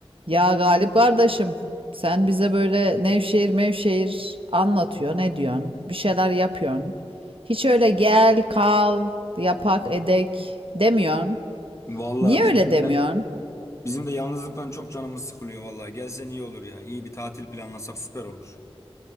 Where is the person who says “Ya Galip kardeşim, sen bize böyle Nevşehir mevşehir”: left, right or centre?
Right